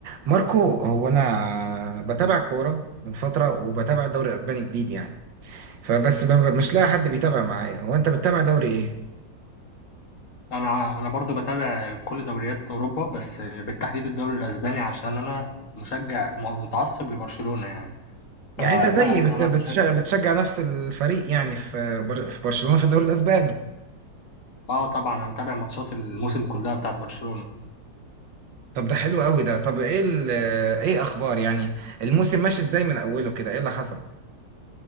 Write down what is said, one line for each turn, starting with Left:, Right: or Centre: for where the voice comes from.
Right: ماركو هو انا بتابع كوره من فتره وبتابع الدوري الاسباني جديد يعني فبس ب- ب- مش لاقي حد بيتابع معايا هو انت بتتابع دوري ايه
Left: انا انا برضو بتابع كل دوريات اوروبا بس بالتحديد الدوري الاسباني عشان انا مشجع م- متعصب لبرشلونة يعني فلا
Right: يعني انت زيي
Left: انا
Right: بت-
Left: أنا
Right: بتش-
Left: بشجع
Right: بتشجع نفس الفريق يعني في بر- في برشلونه في الدوري الاسباني
Left: اه طبعا انا متابع ماتشات الموسم كلها بتاعت برشلونة
Right: طب ده حلو قوي ده طب ايه ال- ايه اخبار يعني الموسم ماشي ازاي من اوله كده ايه اللي حصل